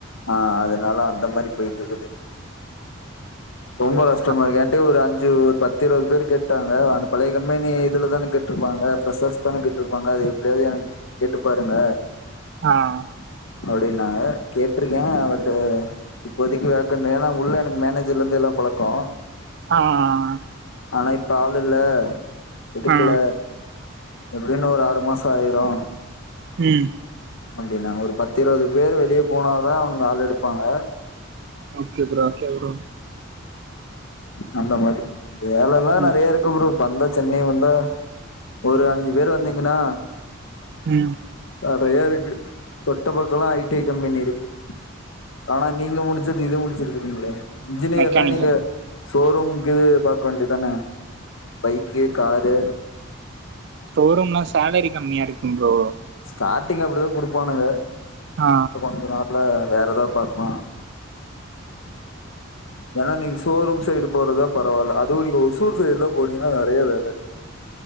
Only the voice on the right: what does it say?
ஆ
ஆ
ஆஹ்
ஆ
உம்
ஓகே ப்ரோ ஓகே ப்ரோ
ம்
உம்
மெக்கானிக்கல்
ஷோரூம்லா சாலரி கம்மியா இருக்கும் ப்ரோ
ஆ